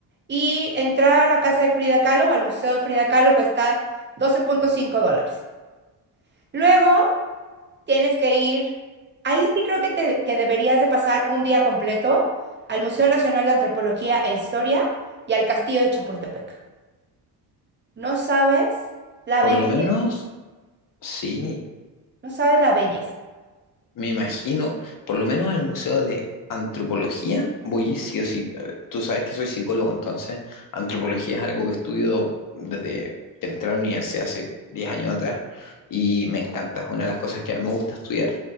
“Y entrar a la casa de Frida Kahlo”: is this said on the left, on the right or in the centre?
Right